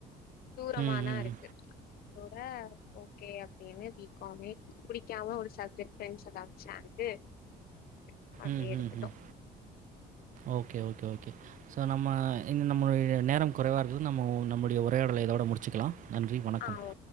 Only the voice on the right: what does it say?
ம்ஹ்ஹ்ம்.
ம்
ம் ம் ஓகே ஓகே ஓகே ஸோ நம்ம இன்ன நம்மளுடைய நேரம் குறைவாருக்க நம்மோ நம்ளுடைய உரையாடலை இதோட முடிச்சுக்கலா நன்றி வணக்கம்